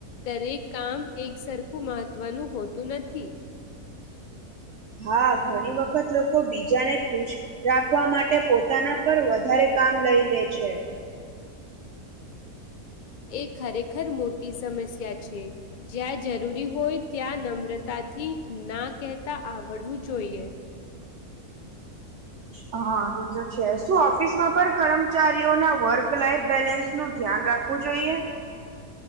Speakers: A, on the left; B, on the right.
A: દરેક કામ એક સરખું મહત્વનું હોતું નથી
B: હા ઘણી વખત લોકો બીજાને ખુશ રાખવા માટે પોતાના પર વધારે કામ લઈ લે છે
A: એ ખરેખર મોટી સમસ્યા છે જ્યાં જરૂરી હોય ત્યાં નમ્રતાથી ના કહેતા આવડવું જોઈએ
B: હા તે તો છે શું ઓફિસમાં પણ કર્મચારીઓના વર્ક લાઈફ બેલેન્સ નું ધ્યાન રાખવું જોઈએ